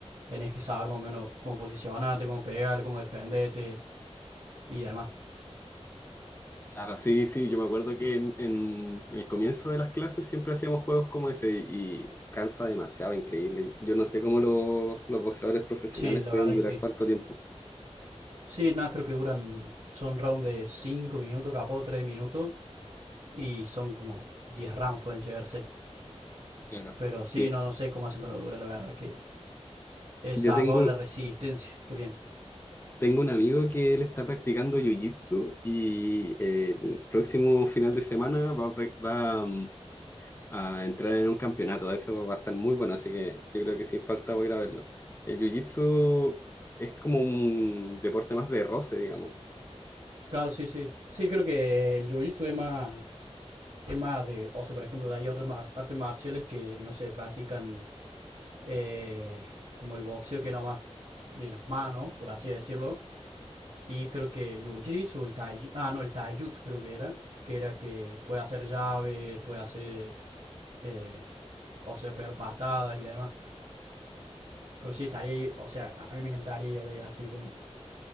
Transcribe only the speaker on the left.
Claro, sí, sí, yo me acuerdo que en, en el comienzo de las clases siempre hacíamos juegos como ese y, y cansa demasiado, increíble. Yo no sé cómo los los boxeadores profesionales
pueden
durar
cuánto tiempo.
Claro.
Sí.
Yo
tengo,
Tengo un amigo que él está practicando jiu-jitsu y eh, el próximo final de semana va, a prac- va, mm, a entrar en un campeonato. Eso va a estar muy bueno, así que yo creo que sin falta voy a ir a verlo. El jiu-jitsu es como un deporte más de roce, digamos.